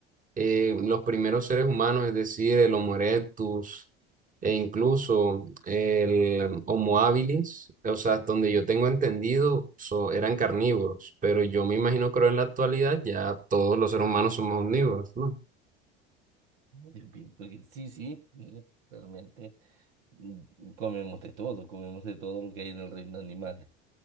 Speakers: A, on the right; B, on the right.
A: eh, los primeros seres humanos, es decir, el Homo erectus e incluso el Homo habilis, o sea, hasta donde yo tengo entendido, so- eran carnívoros, pero yo me imagino que ahora en la actualidad ya todos los seres humanos somos omnívoros, ¿no?
B: Yo pienso que sí, sí, sí, realmente mm, comemos de todo, comemos de todo lo que hay en el reino animal.